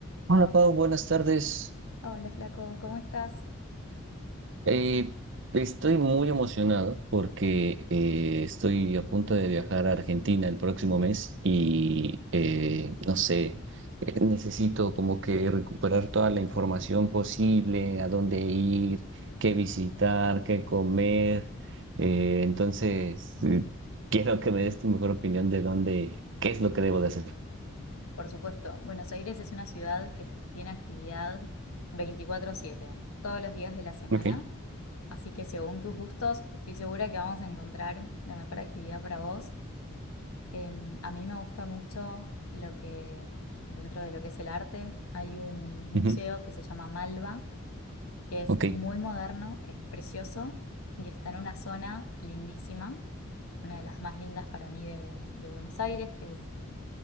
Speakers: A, on the right; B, on the left.
A: Hola
B: Hola,
A: Pau, buenas tardes.
B: hola Flaco, ¿cómo estás?
A: Eh, estoy muy emocionado porque eh, estoy a punto de viajar a Argentina el próximo mes y eh, no sé, eh, necesito como que recuperar toda la información posible, a dónde ir, qué visitar, qué comer. Eh, entonces, eh, quiero que me des tu mejor opinión de dónde, qué es lo que debo de hacer.
B: Por supuesto, Buenos Aires es una ciudad que tiene actividad 24/7, todos los días de la semana,
A: Ok,
B: así que según tus gustos, estoy segura que vamos a encontrar la mejor actividad para vos. Em, a mí me gusta mucho lo que, dentro de lo que es el arte, hay un museo
A: ujú,
B: que se llama Malva, que es
A: Ok,
B: muy moderno, es precioso y está en una zona lindísima, una de las más lindas para mí de, de Buenos Aires, que es